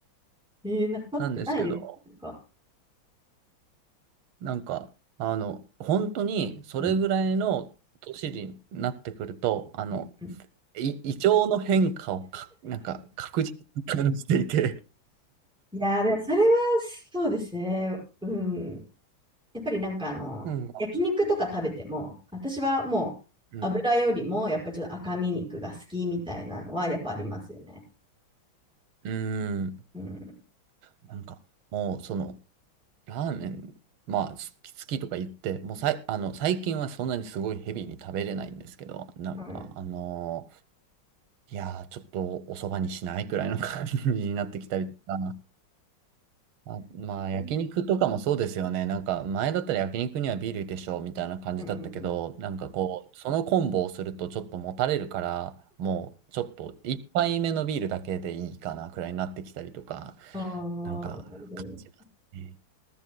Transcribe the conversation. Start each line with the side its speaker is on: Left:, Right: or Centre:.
Centre: えー、なんか立ってないです。
Right: なんですけど、
Centre: なんか。
Right: なんか、あの、本当にそれぐらいの年になってくると、
Centre: うん
Right: あの、
Centre: うんうん
Right: い胃腸の変化をか、なんか確実に感じていて、
Centre: いやー、でもそれはそうですね。うん。やっぱりなんかあの、
Right: うん、
Centre: 焼肉とか食べても、私はもう油よりもやっぱちょっと赤身肉が好きみたいなのはやっぱありますよね。
Right: うん、うん
Centre: うん。
Right: なんか、もうその、ラーメン、まあ、好き好きとか言って、もうさい、あの、最近はそんなにすごいヘビーに食べれないんですけど、なんか、
Centre: はい。
Right: あのーいやー、ちょっとお蕎麦にしないくらいの感じになってきたりとか、あ、まあ、
Centre: うん
Right: 焼肉とかもそうですよね。なんか、前だったら焼肉にはビールでしょ、みたいな感じだったけど、
Centre: うんうん。
Right: なんかこう、そのコンボをするとちょっともたれるから、もう、ちょっと一杯目のビールだけでいいかな、くらいになってきたりとか、
Centre: ああ、
Right: なんか、
Centre: なるほど。
Right: 感じますね。